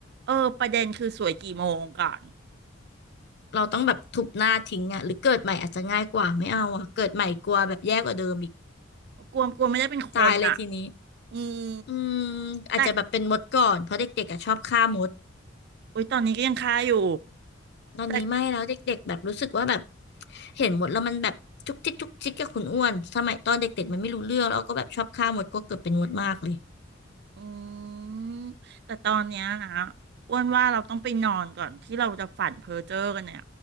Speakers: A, on the right (about 55°); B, on the left (about 60°).
A: เออประเด็นคือสวยกี่โมงก่อน
B: เราต้องแบบทุบหน้าทิ้งอ่ะหรือเกิดใหม่อาจจะง่ายกว่าไม่เอาอ่ะเกิดใหม่กลัวแบบแย่กว่าเดิมอีก
A: กลัวกลัวไม่ได้เป็นคนอ่ะ
B: ตายเลยทีนี้
A: อืม
B: อืมอาจจะแบบเป็นมดก่อนเพราะเด็กๆอ่ะชอบฆ่ามด
A: แต่โอ๊ยตอนนี้ก็ยังคาอยู่
B: ตอนนี้ไม่แล้วเด็กๆแบบรู้สึกว่าแบบ
A: แต่
B: เห็นมดแล้วมันแบบจุกจิกจุกจิกกับคุณอ้วนสมัยตอนเด็กๆมันไม่รู้เรื่องแล้วก็แบบชอบฆ่ามดก็เกิดเป็นมดมากเลย
A: อืมแต่ตอนเนี้ยนะอ้วนว่าเราต้องไปนอนก่อนที่เราจะฝันเพ้อเจ้อกันเนี่ย